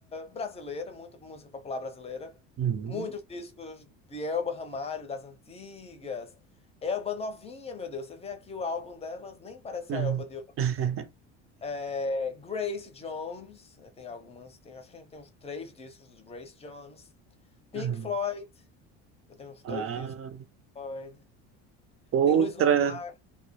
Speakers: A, on the left; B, on the right.
A: brasileira, muita música popular brasileira.
B: Uhum.
A: Muitos discos de Elba Ramalho, das antigas. Elba novinha, meu Deus. Você vê aqui o álbum delas, nem parece
B: Uhum.
A: a Elba de hoje.
B: <laughs>
A: É, Grace Jones, né, tem algumas, tem, acho que a gente tem uns três discos de Grace Jones. Pink
B: Uhum.
A: Floyd, eu tenho uns
B: Ah,
A: dois discos de Floyd.
B: outra.
A: Tem Luiz Gonzaga,